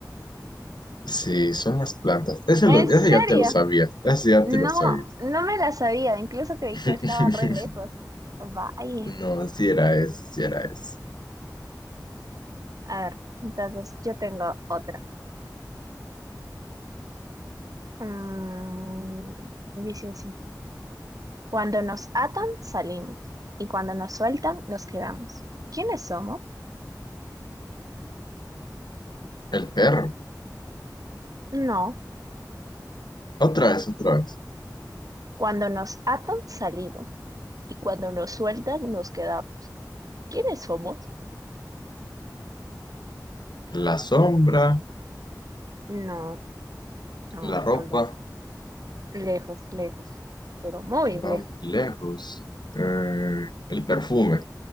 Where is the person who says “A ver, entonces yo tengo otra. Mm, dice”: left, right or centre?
Right